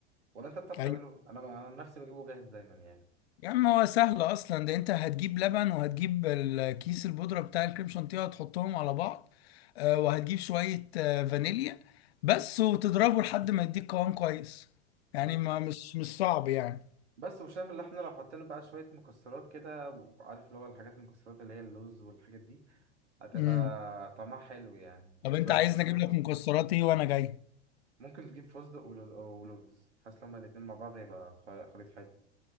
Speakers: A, on the right; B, on the left.
A: ولا انت بتعرف تعمله
B: ايوه
A: انا انا عن نفسي بجيبه جاهز دايما يعني
B: يا عم هو سهل اصلا ده انت هتجيب لبن وهتجيب الكيس البودرة بتاع الكريم شانتيه هتحطهم على بعض آه، وهتجيب شوية آه، فانيليا بس وتضربه لحد ما يديك قوام كويس يعني
A: مم.
B: ما مش مش صعب يعني
A: بس وشايف اللي احنا لو حطينا بقى شوية مكسرات كده وعارف اللي هو الحاجات المكسرات اللي هي اللوز والحاجات دي هتبقى
B: امم
A: طعمها حلو يعني
B: طب انت
A: نجرب
B: عايز
A: كل
B: اجيب
A: كده صرف.
B: لك مكسرات ايه وانا جاي
A: ممكن تجيب فستق ول- ولوز حاسس لما الاتنين مع بعض هيبقى خ- خليط حلو